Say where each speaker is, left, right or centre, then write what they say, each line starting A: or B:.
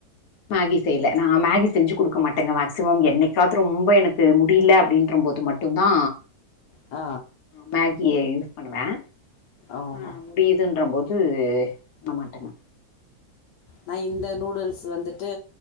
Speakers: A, on the left; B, on the left.
A: மேகி செய்ல நா மேகி செஞ்சு குடுக்க மாட்டேங்க மேக்சிமம் என்னைக்காவது ரொம்ப எனக்கு முடில அப்டின்ற போது மட் டுந்தா
B: ஆ
A: மேகிய யூஸ் பண்ணுவே
B: ஓஹோ
A: அ முடியுதுன்ற போது நா மாட்டேங்க
B: நா இந்த நூடுல்ஸ் வந்துட்டு